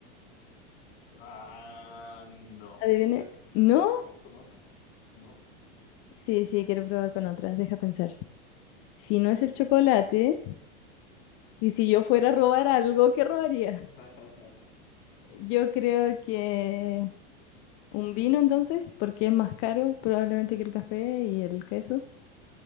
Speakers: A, on the left; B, on the left.
A: Ah, no.
B: Adivine.
A: ¿Quieres
B: ¿No?
A: probar con otra? No.
B: Sí, sí, quiero probar con otras. Deja pensar. Si no es
A: Ah.
B: el chocolate. Y si yo fuera a robar algo, ¿qué robaría?
A: <laughs>
B: Yo creo que un vino entonces, porque es más caro probablemente que el café y el queso.